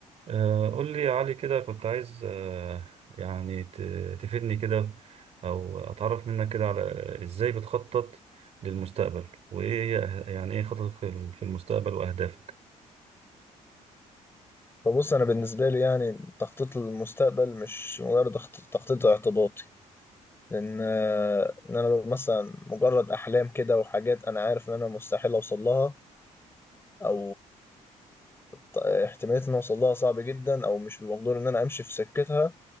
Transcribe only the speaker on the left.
فبص انا بالنسبه لي يعني تخطيط المستقبل مش مجرد اخت- تخطيط اعتباطي لان آه، ان انا لو مثلا مجرد احلام كده وحاجات انا عارف ان انا مستحيل اوصل لها او ط- احتماليه ان أنا اوصل لها صعب جدا او مش بمقدور ان انا امشي في سكتها